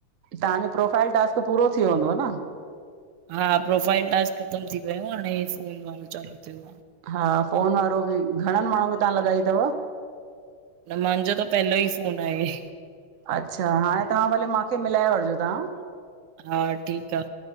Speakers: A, on the right; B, on the right.
A: तव्हांजो प्रोफाइल टास्क पूरो ती व्यो हुंदो ह न?
B: हा प्रोफाइल टास्क ख़तम थी वियो आ हाणे फोन वारो चालू थियो आ।
A: हा फ़ोन वारो बि घणन माण्हु खे तव्हां लॻाई तव?
B: न मांझो त पहलो ई फोन आई।
A: अच्छा हाणे तव्हां भले माखे मिलाए वठजो तव्हां।
B: हा ठीक आ।